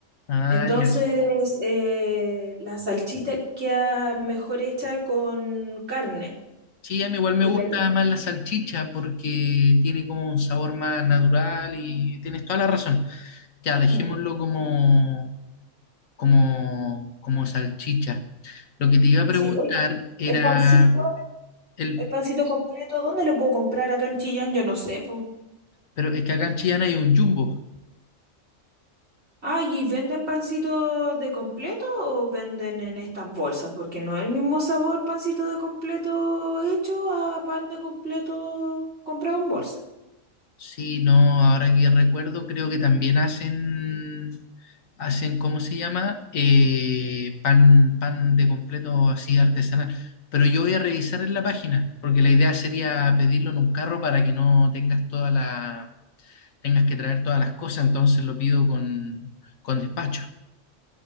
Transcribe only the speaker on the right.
Entonces,
eh, la salchita queda mejor hecha con carne.
Y
la...
Mm.
Sí, oye,
el pancito,
el pancito completo, ¿dónde lo puedo comprar acá en Chillán? Yo no sé, pues.
Ah, ¿y venden pancito de completo o venden en estas bolsas? Porque no es el mismo sabor pancito de completo hecho a pan de completo comprado en bolsa.